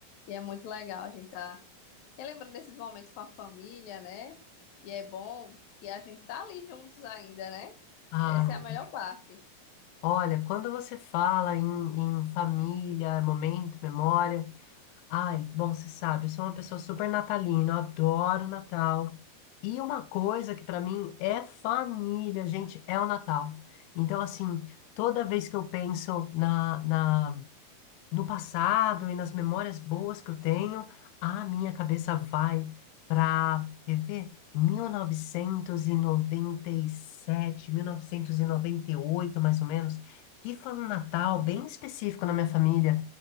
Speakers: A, on the left; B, on the left.
A: E é muito legal a gente tá relembrando desses momentos com a família, né? E é bom que a gente tá ali juntos ainda, né?
B: Ah,
A: Essa é a melhor parte.
B: Olha, quando você fala em, em família, momento, memória. Ai, bom, você sabe, eu sou uma pessoa super natalina, eu adoro Natal. E uma coisa que pra mim é família, gente, é o Natal. Então, assim, toda vez que eu penso na, na no passado e nas memórias boas que eu tenho, a minha cabeça vai para, quer ver? 1997, 1998, mais ou menos, que foi um Natal bem específico na minha família,